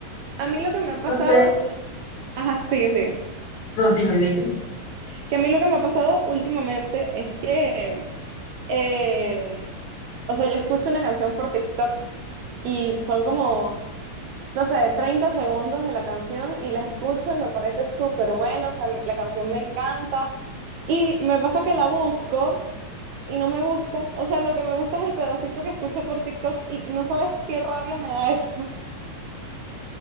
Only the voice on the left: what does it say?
No sé,
no, dime, dime.